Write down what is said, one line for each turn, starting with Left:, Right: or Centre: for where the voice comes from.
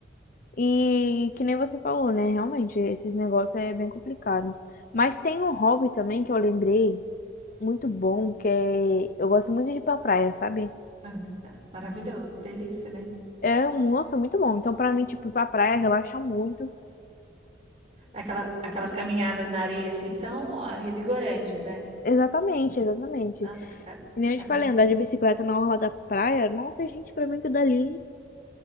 Left: E que nem você falou, né? Realmente, esses negócios é bem complicado. Mas tem um hobby também que eu lembrei, muito bom, que é. Eu gosto muito de ir pra praia, sabe?
Right: Ah, tá. Maravilhoso, delícia, né?
Left: É, um nossa, muito bom. Então, pra mim, tipo, ir pra praia relaxa muito.
Right: Aquela, aquelas caminhadas na areia, assim, são ó, revigorantes, né?
Left: Exatamente, exatamente.
Right: Nossa,
Left: E
Right: ca-
Left: nem
Right: caminhar.
Left: eu te falei, andar de bicicleta na orla da praia, nossa, gente, pra mim que dali.